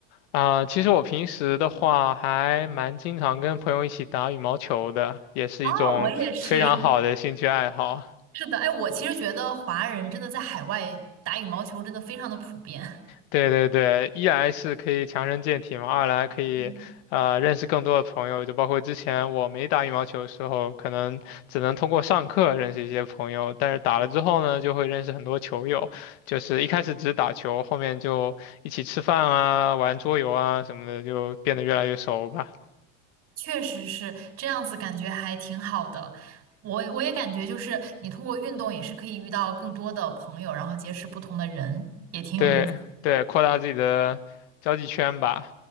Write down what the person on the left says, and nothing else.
啊，其实我平时的话还蛮经常跟朋友一起打羽毛球的，也是一种非常好的兴趣爱好。
对对对，一来是可以强身健体嘛，二来可以呃认识更多的朋友，
就包括之前我没打羽毛球的时候，可能只能通过上课认识一些朋友，但是打了之后呢，就会认识很多球友，就是一开始只是打球，后面就一起吃饭啊、玩桌游啊什么的，就变得越来越熟吧。
对对，扩大自己的交际圈吧。